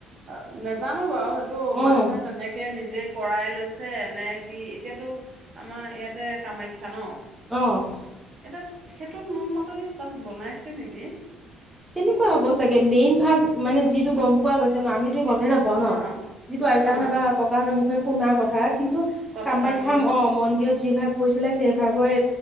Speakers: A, on the right; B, in the centre.
A: অ' নেজানো বাও হে টো
B: অঁ
A: মানুহে তেনেকে নিজেই কৰাই লৈছে নে কি? এতিয়াতো আমাৰ এয়াতে কামাখ্যা ন।
B: অঁ
A: এটোত, সেইটো মো মতেদি তাত বনাইছে নেকি।
B: তেনেকুৱা হ'ব চাগে। মেইন ভাগ মানে যিটো গম পোৱা গৈছে ন আমি তো গমেই নাপাওঁ ন।
A: অ
B: যিটো আইতাহঁত
A: অ
B: বা ককাহঁত মুখে শুনাৰ কথা। কিন্তু
A: কথা
B: কামাখ্যা,
A: উম
B: অ' মন্দিৰত যি ভাগ পইছিলে সেই ভাগয়ে